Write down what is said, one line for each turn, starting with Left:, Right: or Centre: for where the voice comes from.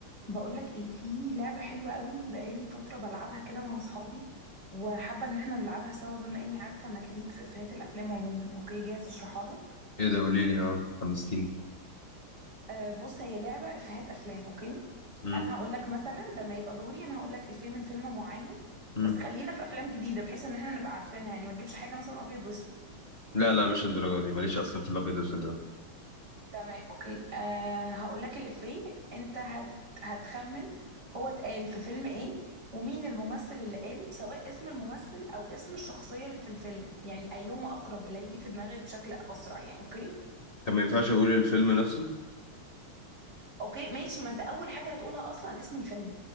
Right: بقولك ايه في لعبة حلوة قوي بقالي فترة بلعبها كده مع اصحابي وحابة ان احنا نلعبها سوا بما اني عارفة انك ليك في افيهات الافلام عموما اوكي جاهز اشرحها لك
Left: ايه ده قولي لي اه حمستيني
Right: آه بص هي لعبة افيهات افلام اوكي
Left: امم
Right: انا هقولك مثلا لما يبقى دوري انا هقولك افيه من فيلم معين
Left: امم
Right: بس خلينا في افلام جديدة بحيث ان احنا نبقى عارفينها يعني ما تجيبش حاجة مثلا ابيض واسود
Left: لا لا مش الدرجه
Right: اوكي
Left: دي ماليش اصلا في الابيض والاسود ده
Right: تمام اوكي أه هقول لك الإفيه انت هت... هتخمن هو اتقال في فيلم ايه ومين الممثل اللي قاله سواء اسم الممثل او اسم الشخصية اللي في الفيلم يعني ايهما اقرب اللي هيجي في دماغك بشكل اسرع يعني اوكي
Left: كان ما ينفعش اقول الفيلم نفسه
Right: اوكي ماشي ما انت اول حاجة هتقولها اصلا اسم الفيلم